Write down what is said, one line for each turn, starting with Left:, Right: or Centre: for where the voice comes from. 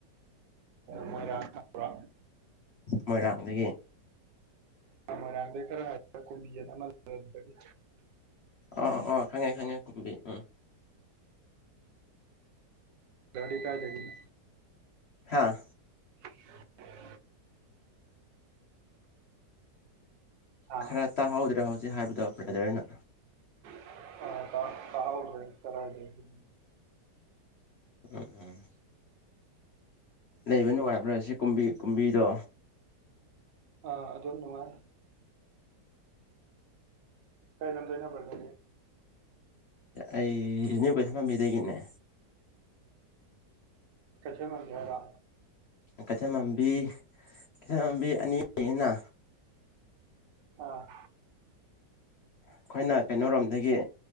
Right: ꯃꯣꯏꯔꯥꯡ ꯍꯥ꯭ꯔ
Left: ꯃꯣꯏꯅ ꯑꯗꯒꯤ
Right: ꯃꯣꯏꯔꯥꯡꯗꯩ ꯈꯔ ꯍꯥꯏ ꯀꯨꯝꯕꯤꯅ ꯑꯃꯗꯤ
Left: ꯑꯥ ꯑꯥ ꯈꯪꯉꯦ ꯈꯪꯉꯦ ꯀꯨꯝꯕꯤ ꯎꯝ
Right: ꯒꯥꯔꯤ ꯀꯥꯏ ꯂꯩꯒ
Left: ꯍꯥꯥ
Right: <inaudible> ꯑꯥ
Left: ꯈꯔ ꯇꯥ ꯍꯥꯎꯗ꯭ꯔꯥ ꯍꯧ ꯁꯤ ꯍꯥꯏꯕꯗ ꯗꯅ
Right: <unintelligible>
Left: ꯎꯝ ꯎꯝ ꯂꯩꯕ ꯅꯨꯡꯉꯥꯏꯕ꯭ꯔꯥ ꯁꯤ ꯀꯨꯝꯕꯤ ꯀꯨꯝꯕꯤꯗꯣ
Right: ꯑ ꯑꯗꯨꯝ ꯅꯨꯡꯉꯥꯏ ꯀꯥꯏ ꯂꯝ ꯗꯩꯅꯣ ꯕꯔꯗꯔꯗꯤ
Left: ꯑꯩꯅꯤ ꯀꯩ ꯊꯐꯝꯕꯤꯗꯒꯤꯅꯦ
Right: ꯀꯩꯊꯦꯜꯃꯥꯟꯕꯤ ꯍꯥꯏꯔꯣ
Left: ꯀꯩꯊ ꯃꯝꯕꯤ ꯀꯩꯊ ꯃꯝꯕꯤ ꯑꯅꯤꯅ
Right: ꯑ
Left: ꯑꯩꯈꯣꯏꯅ ꯀꯩꯅꯣꯔꯣꯝꯗꯒꯤ